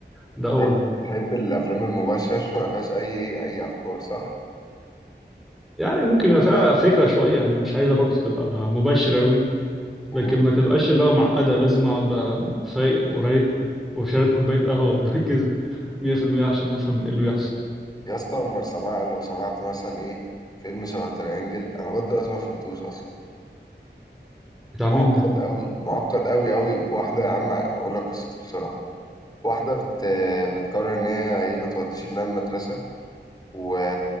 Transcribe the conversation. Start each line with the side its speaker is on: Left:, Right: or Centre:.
Centre: ده أولا
Left: شكلك بتحب الافلام المباشره اللي ما فيهاش اي إيه، اي افكار صح
Centre: يعني ممكن يبقى فيها فكرة شوية يعني مش عايزة برضو تبقى مباشرة أوي
Left: امم
Centre: لكن ما تبقاش اللي هو معقدة لازم أقعد بقى فايق ورايق وشارب كوباية قهوة ومركز 100% عشان أفهم إيه اللي بيحصل
Left: يا اسطى عمر سماع لو سمعت مثلا ايه فيلم شبه تريانجل انا لغايه دلوقتي ما فهمتوش اصلا
Centre: بتاع مين
Left: معقد
Centre: ده؟
Left: قوي معقد قوي قوي واحده يا عم اقول لك قصته بسرعه واحدة بت... بتقرر إن هي إيه ما توديش ابنها المدرسة و...